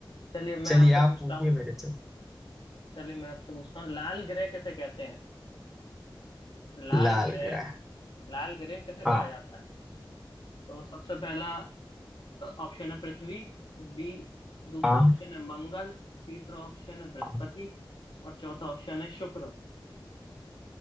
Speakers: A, on the left; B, in the centre.
A: चलिए मैं
B: चलिए
A: आपसे
B: आप
A: पूछता
B: पूछिए
A: हूँ
B: मेरे से
A: चलिए मैं आपसे पूछता हूँ लाल ग्रह किसे कहते हैं लाल
B: लाल
A: ग्रह
B: ग्रह
A: लाल ग्रह किसे कहा
B: हाँ
A: जाता है तो सबसे पहला ऑप्शन है पृथ्वी बी दूसरा
B: हाँ
A: ऑप्शन है मंगल तीसरा ऑप्शन है
B: हाँ।
A: बृहस्पति और चौथा ऑप्शन है शुक्र